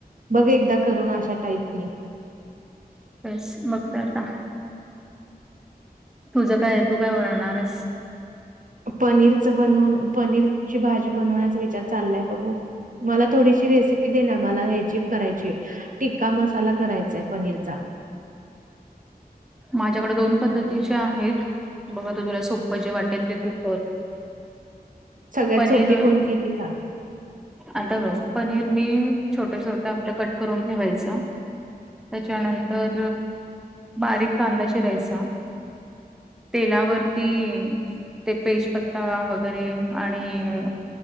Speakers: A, on the right; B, in the centre.
A: बघ एकदा करून अशा टाईपनी.
B: तेच बघ आता. तुझं काय तू काय बनवणारेस?
A: पनीरच बनवून पनीरची भाजी बनवण्याचा विचार चाललाय बघू. मला थोडीशी रेसिपी देणार मला ह्याची करायची टिक्का मसाला करायचाय पनीरचा. <inaudible>
B: माझ्याकडे दोन पद्धतीचे आहेत बघ आता तुला सोप्प जे वाटेल ते तु कर.
A: सगळ्यात
B: पनीर
A: सोपी कोणती ती सांग
B: आता बग पनीर मी छोटं छोटं आपलं कट करून ठेवायचं. त्याच्यानंतर बारीक कांदा चिरायचा. तेलावरती ते पेजपत्ता वगैरे आणि